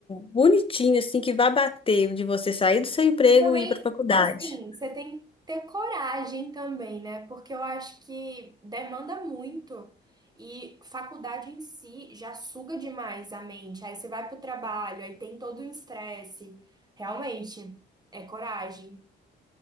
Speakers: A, on the left; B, on the right.
A: bonitinho, assim, que vá bater de você sair do seu emprego
B: E também,
A: e ir para a faculdade.
B: assim, você tem que ter coragem também, né? Porque eu acho que demanda muito. E faculdade em si já suga demais a mente. Aí você vai pro trabalho, aí tem todo o estresse. Realmente, é coragem.